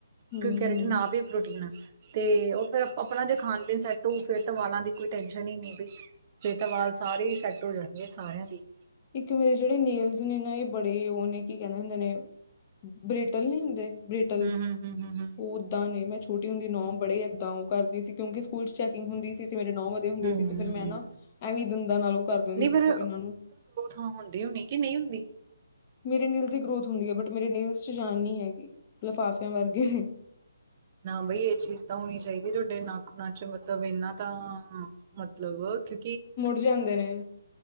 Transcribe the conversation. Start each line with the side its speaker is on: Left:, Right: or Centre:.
Left: ਹੂੰ
Right: ਕਿਉਂਕਿ ਕ੍ਰਿਟੀਨ
Left: ਹੂੰ
Right: ਆਪ ਹੀ ਪ੍ਰੋਟੀਨ ਐ। ਤੇ ਉਹ ਫੇਰ ਆਪਣਾ ਜੇ ਖਾਣ ਪੀਣ ਸੈੱਟ ਹੋਊ, ਫਿਰ ਤਾਂ ਵਾਲਾਂ ਦੀ ਕੋਈ ਟੈਨਸ਼ਨ ਹੀ ਨ ਫਿ ਸਾਰੇ ਹੀ ਸੈੱਟ ਹੋ ਜਾਣਗੇ, ਸਾਰਿਆਂ ਦੇਈ
Left: ਇੱਕ ਮੇਰੇ ਜਿਹੜੇ ਨੇਲਜ਼ ਨੇ ਨਾ ਇਹ ਬੜੇ ਉਹ ਨੇ ਕੀ ਕਹਿੰਦੇ ਹੁੰਦੇ ਨੇ ਬ੍ਰਿਟਲ ਨਹੀਂ ਹੁੰਦੇ ਬ੍ਰਿਟਲ
Right: ਹਮ ਹਮ ਹਮ ਹਮ
Left: ਉਹ ਦਾਂ ਦੇਨਾਂ ਛੋਟੀ ਹੁੰਦੀ ਨ ਉਹ ਬੜੇ ਏਦਾਂ ਉਹ ਕਰਦੀ ਸੀ ਕਿਉਂਕਿ ਸਕੂਲ ਚੈਕਿੰਗ ਹੁੰਦੀ ਸੀ। ਮੇਰੇ ਨੌ ਵੱਧੇ ਹੁੰਦੇ
Right: ਹਮ ਹਮ।
Left: ਸੀ। ਤੇ ਫਿਰ ਮੈਂ ਨਾ ਐਵੇ ਵੀ ਦੰਦਾਂ ਨਾਲ ਉਹ ਕਰ ਦੀ ਹੁਦੀ
Right: ਨਹੀਂ
Left: ਸੀ
Right: ਪਰ
Left: ਇਹਨਾਂ ਨੂੰ
Right: ਹੁਣ ਹੁੰਦੇ ਵੀਕਿ ਨਹੀਂ ਹੁੰਦੇ
Left: ਮੇਰੇ ਨਿਲਸ ਦੀ ਗਰੋਥ ਹੁੰਦੀ ਹੈ। ਬਟ ਮੇਰੇ ਨਿਲਸ ਚ ਜਾਨ ਨੀ ਹੈਗੀ। ਲਿਫਾਫਿਆਂ ਵਰਗੇ ਨੇ
Right: ਨਾ। ਬਈ ਇਹ ਚੀਜ਼ ਤਾਂ ਹੋਣੀ ਚਾਹੀਦੀ ਤੁਹਾਡੇ ਨੱਖੂਨਾ ਵਿਚ ਮਤਲਬ ਇਹਨਾ ਤਾਂ ਮਤਲਬ ਕਿ
Left: ਮੁੜ ਜਾਂਦੇ ਨੇ,